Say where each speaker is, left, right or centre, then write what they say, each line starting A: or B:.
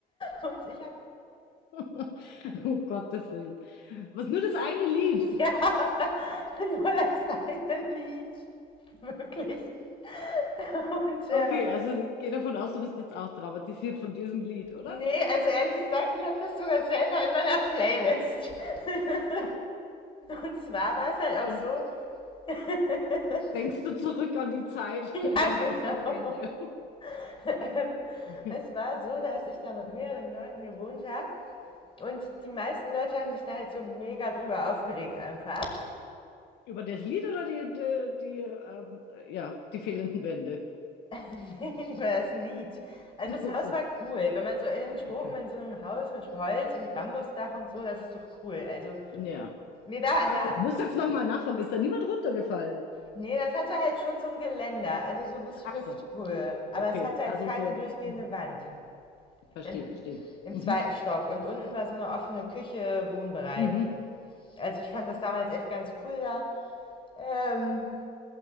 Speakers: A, on the left (about 30°); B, on the left (about 80°).
A: und ich habe
B: <laughs> Um Gottes Willen. Was nur das eine Lied.
A: <laughs> ja, nur das eine Lied, wirklich. <laughs> Und ähm,
B: Okay, also ich gehe davon aus, du bist jetzt auch traumatisiert von diesem Lied, oder?
A: nee, also ehrlich gesagt, ich habe das sogar selber in meiner Playlist. <laughs>
B: <laughs>
A: Und zwar war es halt auch
B: Dann
A: so, <laughs>
B: denkst du zurück an die Zeit in
A: ja
B: dem
A: genau,
B: Haus ohne Wände.
A: ähm,
B: <laughs>
A: es war so, dass ich da mit mehreren Leuten gewohnt habe. Und die meisten Leute haben sich da halt so mega drüber aufgeregt einfach,
B: Über das Lied oder die, die, die, ähm, ja, die fehlenden Wände?
A: <laughs> über das Lied. Also
B: <laughs>
A: das Haus
B: So,
A: war cool. Wenn man so in den Tropen
B: okay.
A: in so einem Haus mit Holz und Bambusdach und so, das ist doch cool. Also
B: Ja.
A: mir war
B: Also,
A: da
B: ich muss jetzt nochmal nachfragen, ist da niemand runtergefallen?
A: Nee, das hatte halt schon so ein Geländer, also so bis
B: Ach
A: Hüfthöhe.
B: so,
A: Aber
B: okay.
A: es hatte halt
B: Also
A: keine
B: so,
A: durchgehende
B: mhm.
A: Wand
B: verstehe,
A: im,
B: verstehe.
A: im
B: Mhm.
A: zweiten Stock. Und unten war so eine offene Küche, Wohnbereich.
B: Mhm.
A: Also ich fand das damals echt ganz cool da. Ähm,